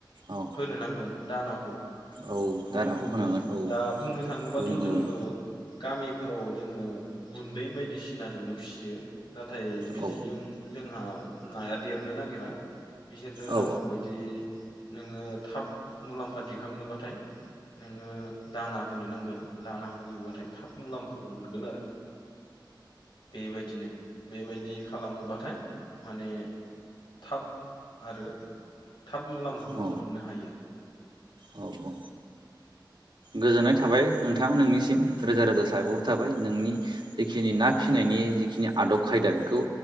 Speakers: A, on the right; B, on the left.
A: औ
B: होनो नांगोन दानाखौ ।
A: औ
B: गुबुन
A: दानाखौ
B: गुबुन
A: होनांगोन औ
B: दा बुंनो थाङोबाथ'
A: गुबुन
B: जोङो
A: गुबुन
B: गामि फोराव जोङो गुन्दै बायदिसिनाजोंनो फिसियो । नाथाय बिदिजों
A: औ
B: जोंहा नाया देरनो नागिरा । बिसोरनो
A: औ
B: नांगौबायदि नोङो थाब मुलाम्फा दिखांनोबाथाय नोङो दाना होनो नांगोन दाना होयोबाथाय थाब मुलाम्फाखौ मोनगोन आरो । बेबायदिनो बेबायदि खालामोबाथाय माने थाब आरो थाब मुलाम्फाखौ
A: औ
B: मोननो हायो ।
A: औ औ गोजोननाय थाबाय नोंथां नोंनिसिम । रोजा रोजा साबायखर
B: औ
A: थाबाय नोंनि जिखिनि ना फिसिनायनि जिखिनि आदब खायदा बेखौ